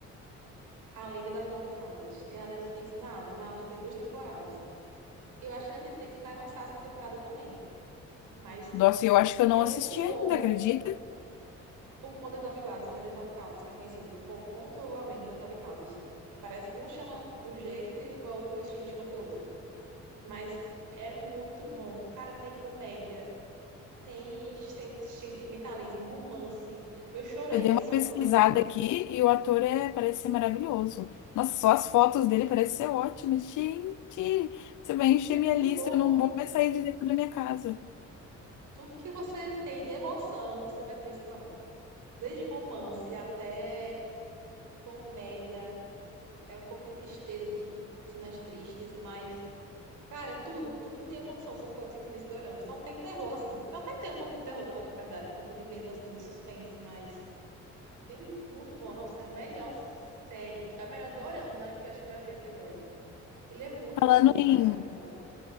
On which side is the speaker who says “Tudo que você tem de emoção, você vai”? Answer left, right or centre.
Right